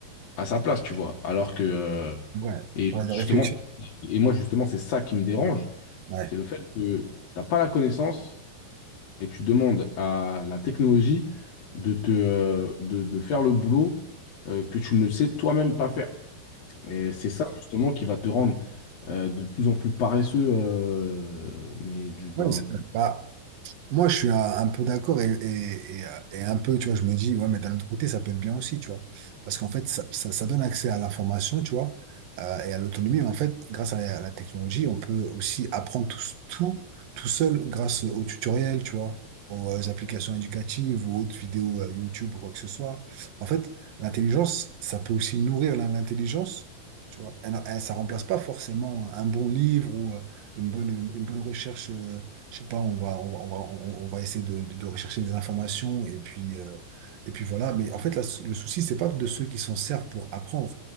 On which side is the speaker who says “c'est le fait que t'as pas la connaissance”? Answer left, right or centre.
Left